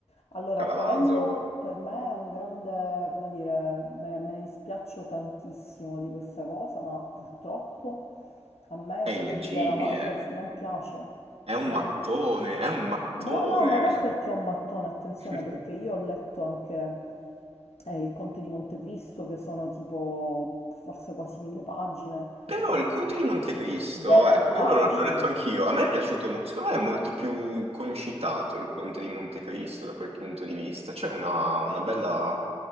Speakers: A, on the left; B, on the right.
A: Allora,
B: Karamazov
A: quello per me è un grande, come dire, me, me ne dispiaccio tantissimo di questa cosa, ma purtroppo a me
B: è
A: i fratelli
B: illeggibile,
A: Karamazov non piace.
B: è un
A: Non-
B: mattone, è un mattone.
A: No, no, ma non perché è un mattone, attenzione,
B: <laughs>
A: perché io ho letto anche eh, Il Conte di Montecristo, che sono tipo forse quasi mille pagine,
B: Però
A: Gu-
B: il Conte di Montecristo,
A: Guerra
B: ecco,
A: e
B: quello
A: Pace.
B: l'ho l'ho letto anch'io, a me è piaciuto, mo- secondo me è molto più concitato il Conte di Montecristo da quel punto di vista, c'è una, una bella,